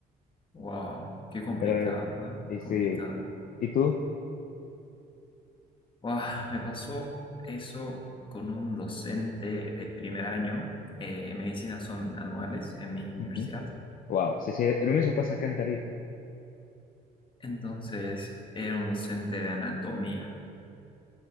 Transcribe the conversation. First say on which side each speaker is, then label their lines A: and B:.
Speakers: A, on the left; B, on the left.
A: Wow, qué complicado,
B: Pero, eh,
A: ¿ah?
B: y
A: Complicado.
B: sí, ¿y tú?
A: Buah, me pasó eso con un docente de primer año. Eh, medicinas son anuales en mi universidad.
B: Ujú. Wow, sí, sí, lo mismo pasa acá en Tarija.
A: Entonces, era un docente de anatomía.